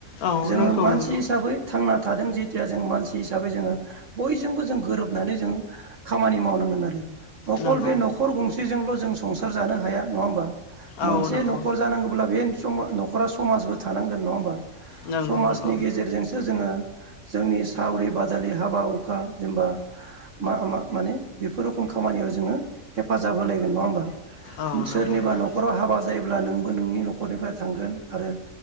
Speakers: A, on the left; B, on the right.
A: औ
B: जोङो
A: नंगौ
B: मानसि
A: नंगौ
B: हिसाबै थांना थादों जित तिया जों मानसि हिसाबै जोङो बयजोंबो जों गोरोबनानै जों खामानि मावनांगोन आरो अकल
A: नंगौ
B: बे न'खर गंसेजोंल' जों संसार जानो हाया नङा ओमबा?
A: औ
B: मोनसे
A: नंगौ
B: न'खर जानांगौब्ला बेन समा न'खरा समाजबो थानांगोन नङा ओमबा?
A: नंगौ
B: समाजनि
A: नंगौ
B: गेजेरजोंसो जोङो जोंनि सावरि बादालि हाबा हुखा जेनबा मा मा माने बेफोर रखम खामानियाव जोङो हेफाजाब होलायगोन नङा ओमबा?
A: औ नंगौ
B: सोरनिबा न'खराव हाबा जायोब्ला नोंबो नोंनि न'खरनिफ्राय थांगोन आरो